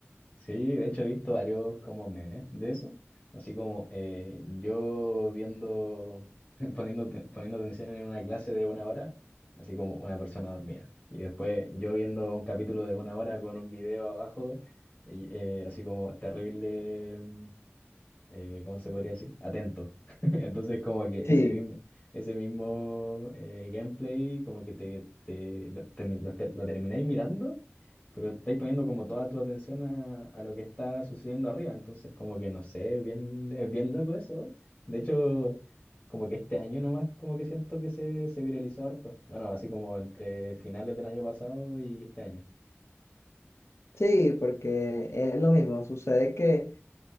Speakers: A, on the left; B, on the left.
A: sí, de hecho he visto varios como memes de eso, así como eh, yo viendo, <laughs> poniendo, te- poniendo atención en una clase de una hora, así como una persona dormida, y después yo viendo un capítulo de una hora con un video abajo, y, eh, así como terrible, mm, eh, ¿cómo se podría decir? Atento. <laughs> Entonces como que
B: Sí,
A: ese mismo, ese mismo eh, gameplay como que te, te, lo, termi- lo te- lo termináis mirando. pero estáis poniendo como toda tu atención a, a lo que está sucediendo arriba, entonces como que no sé, es bien, es bien loco eso. De hecho, como que este año nomás como que siento que se, se viralizó harto. Bueno, así como entre finales del año pasado y este año.
B: sí, porque es lo mismo. Sucede que